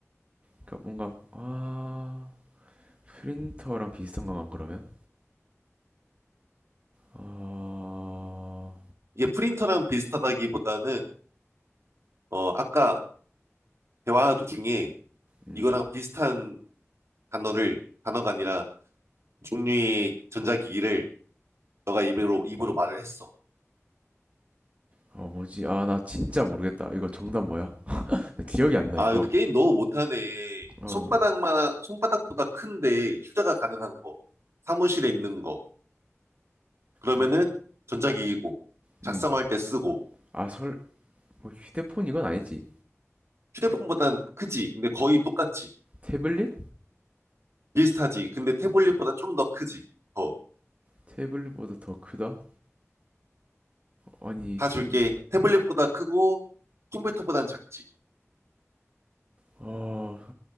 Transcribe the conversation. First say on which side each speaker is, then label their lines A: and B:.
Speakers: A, on the right; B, on the right.
A: 그러니까 뭔가, 아, 프린터랑 비슷한 건가, 그러면? 아,
B: 이게 프린터랑 비슷하다기보다는, 어, 아까 대화 중에
A: 음,
B: 이거랑 비슷한 단어를, 단어가 아니라 종류의 전자기기를 너가 입으로, 입으로 말을 했어.
A: 아, 뭐지? 아, 나 진짜 모르겠다. 이거 정답 뭐야? 나 기억이 안 나,
B: 아,
A: 이거.
B: 이것도 게임 너무 못하네.
A: 어,
B: 손바닥만, 손바닥보다 큰데 휴대가 가능한 거. 사무실에 있는 거. 그러면은
A: 어,
B: 전자기기고, 작성할
A: 음.
B: 때 쓰고,
A: 아, 설, 뭐, 휴대폰 이건 아니지.
B: 휴대폰보단 크지. 근데 거의 똑같지.
A: 태블릿?
B: 비슷하지. 근데 태블릿보단 좀 더 크지. 더.
A: 태블릿보다 더 크다? 아니,
B: 다
A: 쓴,
B: 줄게. 태블릿보다 크고 컴퓨터보단 작지.
A: 어,